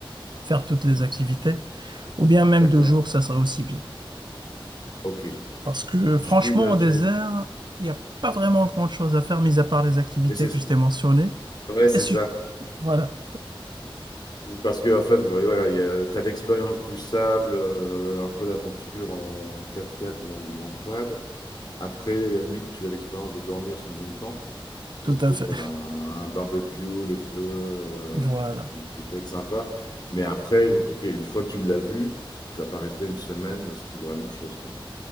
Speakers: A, on the right (about 55°); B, on the left (about 50°).
A: faire toutes les activités. Ou bien même
B: D'accord?
A: deux jours, ça serait aussi bien.
B: Ok.
A: Parce que
B: Du
A: franchement,
B: style, euh,
A: au
B: tu.
A: désert, il n'y a pas vraiment grand-chose à faire, mis à part les activités
B: Mais c'est
A: que je t'ai mentionnées.
B: ouais, c'est
A: Et si...
B: ça.
A: Voilà,
B: Parce que en fait, ouais, voilà, il y a- t'as l'expérience du sable, euh, un peu l'aventure en, en quatre x ou en, ou en quad. Après, à la limite, tu as l'expérience de dormir sous une tente et
A: tout
B: peut-être
A: à fait. <laughs>
B: un, un barbecue, le feu, euh,
A: Voilà,
B: qui, qui peut être sympa. Mais après, ok, une fois que tu l'as vu, tu vas pas rester une semaine, c'est toujours la même chose, quoi.